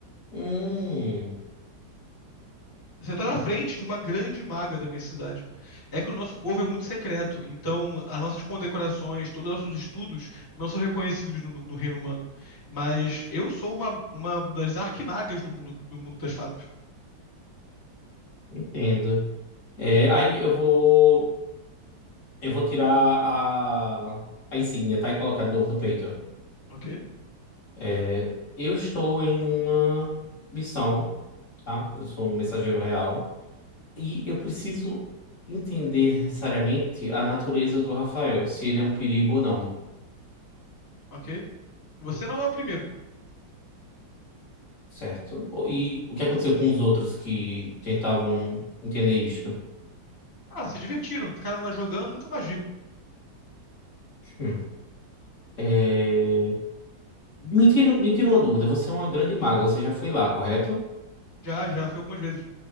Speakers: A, on the left; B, on the left.
A: Hum,
B: Você está na frente de uma grande maga da minha cidade. É que o nosso povo é muito secreto, então as nossas condecorações, todos os nossos estudos não são reconhecidos no, no reino humano. Mas eu sou uma, uma das arquimagas do mundo, do mundo das fadas.
A: entendo. É, aí eu vou, eu vou tirar a, a insígnia, tá? E colocar de novo no peito.
B: Ok?
A: É, eu estou em uma missão, tá? Eu sou um mensageiro real. E eu preciso entender seriamente a natureza do Rafael, se ele é um perigo ou não,
B: Ok? Você não é o primeiro.
A: certo? O- E o que aconteceu com os outros que tentavam entender isto?
B: Ah, se divertiram, ficaram lá jogando, nunca mais vi.
A: Hum. É, Me tira, me tira uma dúvida, você é uma grande maga, você já foi lá, correto?
B: Já, já, foi algumas vezes.